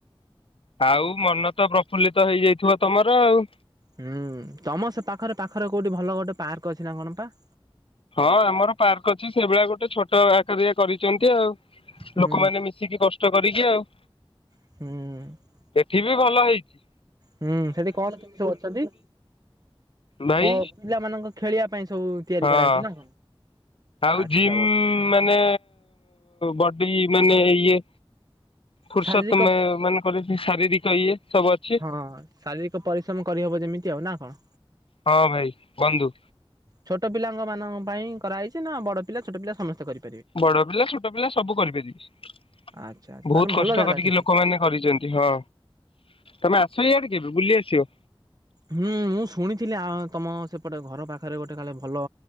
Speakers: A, on the left; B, on the right.
A: ଆଉ ମନ ତ ପ୍ରଫୁଲ୍ଲିତ ହେଇଯାଇଥିବ ତମର ଆଉ।
B: ହୁଁ ତମ ସେ ପାଖରେ ପାଖରେ କୋଉଠି ଭଲ ଗୋଟେ ପାର୍କ ଅଛି ନା କଣ ପା?
A: ହଁ ଆମର ପାର୍କ ଅଛି। ସେଇଭଳିଆ ଗୋଟେ ଛୋଟ ଆକାର ଇଆ କରିଛନ୍ତି ଆଉ।
B: ହୁଁ
A: ଲୋକମାନେ ମି ଶିକି କଷ୍ଟ କରିକି ଆଉ।
B: ହୁଁ
A: ଏଠି ବି ଭଲ ହେଇଚି।
B: ହୁଁ, ସେଠି କଣ କେମିତି ସବୁ ଅଛନ୍ତି?
A: ଭାଇ
B: <unintelligible> ପିଲାମାନଙ୍କ ଖେଳିବା ପାଇଁ ସବୁ ତିଆରି
A: ହଁ।
B: କରାହେଇଚି ନା।
A: ଆଉ
B: ଆଚ୍ଛା
A: ଜିମ୍ ମାନେ ବଡି ମାନେ ଇଏ ଫୁର୍ସତ
B: ଶାରୀରିକ
A: <unintelligible> ମାନେ କରିଚି ଶାରୀରିକ ଇଏ ସବୁ ଅଛି।
B: ହଁ, ଶାରୀରିକ ପରିଶ୍ରମ କରିହବ ଯେମିତି ଆଉ ନା କଣ?
A: ହଁ ଭାଇ, ବନ୍ଧୁ।
B: ଛୋଟ ପିଲାଙ୍କ ମାନଙ୍କ ପାଇଁ କରାହେଇଚି ନା ବଡ ପିଲା ଛୋଟ ପିଲା ସମସ୍ତେ କରିବେ?
A: ବଡ ପିଲା ଛୋଟ ପିଲା ସବୁ କରିପାରିବେ,
B: ଆଚ୍ଛା ଆଚ୍ଛା ତାହେଲେ
A: ବହୁତ୍
B: ଭଲ
A: କଷ୍ଟ
B: ଜାଗା
A: କରିକି
B: ସେଠି।
A: ଲୋକମାନେ କରିଚନ୍ତି। ହଁ, ତମେ ଆସ ଇଆଡେ କେବେ ବୁଲି ଆସିବ।
B: ହୁଁ ମୁଁ ଶୁଣିଥିଲି ଆ ତମ ସେପଟେ ଘର ପାଖେରେ ଗୋଟେ <unintelligible> ଭଲ